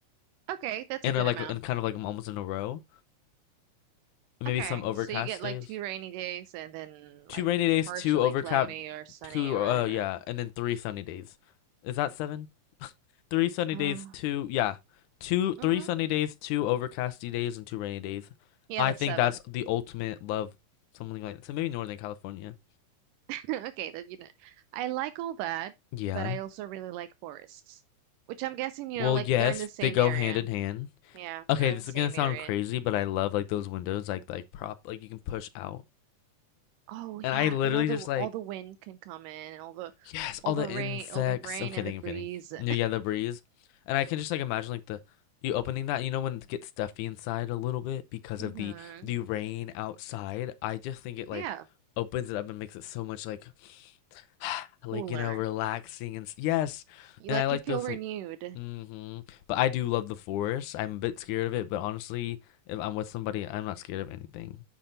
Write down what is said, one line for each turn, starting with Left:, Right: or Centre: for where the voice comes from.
Right: Okay, that's
Left: and
Right: a good
Left: are like
Right: amount.
Left: and kind of like I'm almost in a row. And maybe
Right: Okay,
Left: some overcast
Right: so you get
Left: days.
Right: like two rainy days and then
Left: Two
Right: like
Left: rainy days,
Right: partially
Left: two overcast,
Right: cloudy or sunny
Left: two
Right: or
Left: uh
Right: whatever.
Left: yeah, and then three sunny days. Is that seven? three sunny
Right: Uh,
Left: days, two yeah, two three
Right: mm-hmm.
Left: sunny days, two overcasty days, and two rainy days.
Right: Yeah,
Left: I
Right: that's
Left: think
Right: seven.
Left: that's the ultimate love, something like that. So maybe Northern California.
Right: <laughs> Okay, that you know, I like all that,
Left: Yeah.
Right: but I also really like forests, which I'm guessing, you
Left: Well,
Right: know, like
Left: yes,
Right: they're in the same
Left: they go
Right: area.
Left: hand in hand.
Right: Yeah,
Left: Okay,
Right: they're in
Left: this
Right: the same
Left: is gonna sound
Right: area.
Left: crazy, but I love like those windows, like like prop, like you can push out,
Right: Oh yeah,
Left: and I literally
Right: and all the
Left: just like
Right: all the wind can come in, and all the
Left: Yes,
Right: all
Left: all
Right: the
Left: the
Right: rain,
Left: insects.
Right: all the rain
Left: I'm kidding,
Right: and the breeze.
Left: I'm kidding.
Right: <laughs>
Left: No, yeah, the breeze. And I can just like imagine like the you opening that, you know, when it gets stuffy inside a little bit because
Right: Mm-hmm.
Left: of the the rain outside. I just think it like
Right: Yeah,
Left: opens it up and makes it so much like <sighs>
Right: cooler.
Left: like you know, relaxing and s- yes.
Right: You,
Left: And
Right: like
Left: I like
Right: you feel
Left: those
Right: renewed.
Left: like hmm But I do love the forest. I'm a bit scared of it, but honestly, if I'm with somebody, I'm not scared of anything.